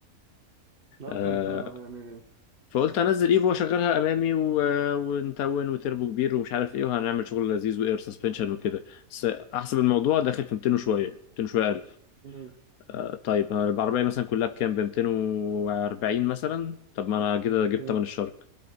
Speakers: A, on the right; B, on the left.
A: لا
B: الاستبن
A: ده انت يعني
B: فقلت انزل ايفو واشغلها امامي و... ونتون وتربو كبير ومش عارف ايه وهنعمل شغل لذيذ واير سسبنشن وكده بس احسب الموضوع داخل في 200 وشويه 200 وشويه الف
A: مم.
B: آه طيب انا العربيه مثلا كلها بكام ب 240 مثلا طب ما انا كده جبت
A: مم.
B: تمن الشرك